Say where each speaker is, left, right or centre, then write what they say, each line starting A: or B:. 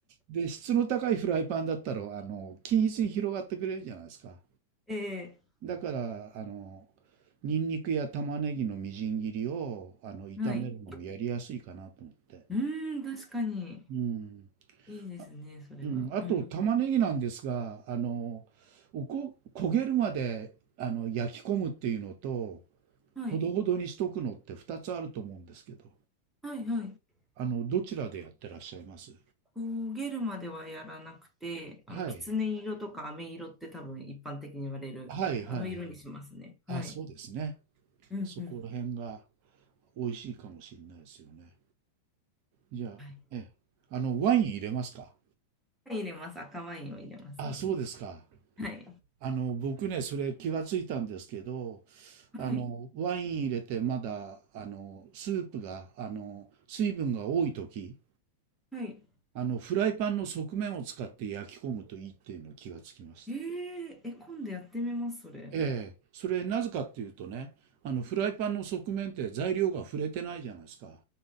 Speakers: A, on the right; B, in the centre.
A: で、質の高いフライパンだったら、あの、均一に広がってくれるじゃないですか。
B: <laughs> ええ
A: だから、あの、ニンニクや玉ねぎのみじん切りを、あの、炒めるのもやりやすいかなと思って。
B: はい。うーん、確かに。
A: うん。
B: いいですね、
A: あ、
B: それは。
A: うん、あと、
B: うん。
A: 玉ねぎなんですが、あの、おこ、焦げるまで、あの、焼き込むっていうのと、
B: はい。
A: ほどほどにしとくのって2つあると思うんですけど、
B: はい、はい。
A: あの、どちらでやってらっしゃいます
B: 焦げるまではやらなくて、あの、
A: はい。
B: きつね色とか飴色って多分一般的に言われる、
A: はい、はい。
B: あの色にしますね。
A: あ、
B: はい。
A: そうですね。
B: うんうん。
A: そこら辺が。美味しいかもしれないですよね。じゃあ、
B: はい。
A: ええ、あの、ワイン入れますか
B: 入れます。赤ワインを入れますね。
A: あ、そうですか。
B: はい。
A: あの、僕ね、それ気がついたんですけど、
B: はい。
A: あの、ワイン入れてまだ、あの、スープが、あの、水分が多い時
B: はい。
A: あの、フライパンの側面を使って焼き込むといいっていうの気がつきました。
B: えー、え、今度やってみます、それ。
A: ええ、それなぜかっていうとね、あの、フライパンの側面って材料が触れてないじゃないですか。